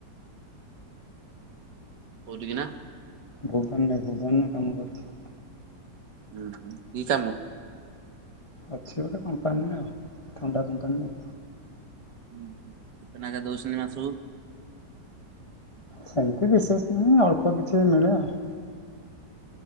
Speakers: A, on the right; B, on the left.
A: କୋଉଠି କି ନା।
B: ଭୁବନରେ ଭୁବନ ରେ କାମ କରୁଚି।
A: ଉଁ ହୁଁ କି କାମ?
B: ଅଛି ଗୋଟେ କମ୍ପାନୀରେ ଆଉ ଥଣ୍ଡା କମ୍ପାନୀରେ।
A: ଉଁ ହୁଁ କେତେନେଖା ଦଉଚନ୍ତି ମାସକୁ?
B: ସେମିତି ବିଶେଷ ନାହିଁ ଅଳ୍ପ କିଛି ମିଳେ ଆଉ।